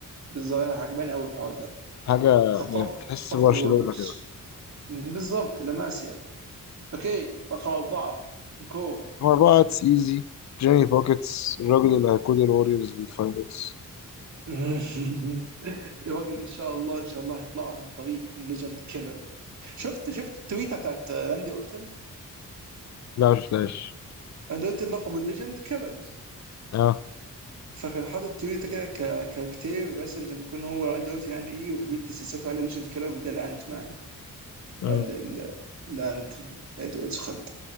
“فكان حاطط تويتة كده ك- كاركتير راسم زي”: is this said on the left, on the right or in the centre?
Right